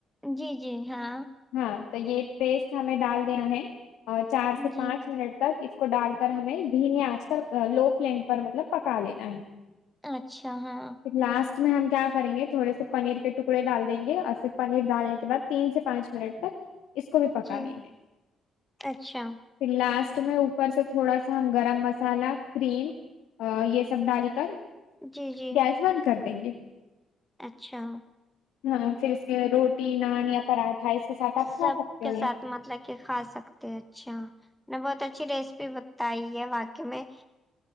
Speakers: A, in the centre; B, on the left.
A: جی جی ہاں
B: ہاں تو یہ پیسٹ ہمیں ڈال دینا ہے اور چار سے پانچ
A: جی
B: منٹ تک اس کو ڈال کر ہمیں دھیمی آچ کر لو فلئم پر مطلب پکا لینا ہے
A: اچھا ہاں
B: لاسٹ اس میں ہم کیا کریں گے تھوڑے سے پنیر کے ٹکڑے ڈال دیں گے اور فیر پنیر ڈالنے کے باد تین سے پانچ منٹ تک اس کو بھی پکا
A: جی
B: لیں گے
A: اچھا
B: پھر لاسٹ میں اوپر سے تھوڑا سا ہم گرم مسالہ کریم ا یہ سب ڈال کر
A: جی جی
B: گیس بند کر دیں گے
A: اچھا
B: ہاں پھر اس کے روٹی نان یا پراٹھا اس کے ساتھ آپ کھا
A: سب
B: سکتے
A: کے
B: ہو
A: ساتھ
B: یہ
A: مطلب کہ کھا سکتے اچھا میں بہت اچھی ریسپی بتائی ہے واقع میں